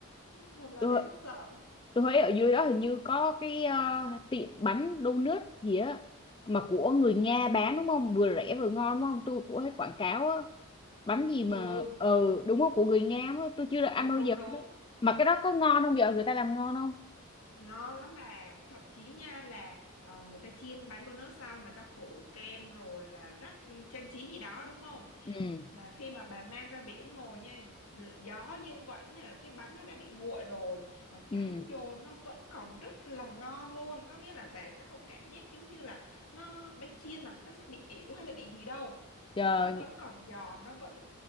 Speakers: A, on the left; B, on the left.
A: Thật là
B: tôi
A: đáng sợ.
B: Tôi thấy ở dưới đó hình như có cái ờ, tiệm bánh donut gì á mà của người Nga bán đúng không? Vừa rẻ vừa ngon đúng không? Tôi cũng thấy quảng cáo á, bánh gì mà
A: Ừ
B: ừ đúng không của người Nga á, tôi chưa được ăn
A: đúng
B: bao
A: đúng
B: giờ
A: đúng
B: đó. Mà cái đó có ngon không vợ? Người ta làm ngon không?
A: ngon lắm bà thậm chí nha là ờ, người ta chiên bánh donut xong người ta phủ kem rồi là rắc trang trí gì đó đúng không
B: Ừ
A: mà khi mà bà mang ra biển ngồi nha gió như vậy là cái bánh nó đã bị nguội rồi mà
B: ừ
A: cắn vô nó vẫn còn rất là ngon luôn có nghĩa là bà sẽ không cảm giác giống như là nó bánh chiên mà nó sẽ bị ỉu hay là bị gì đâu
B: trời
A: mà nó vẫn còn giòn nó vẫn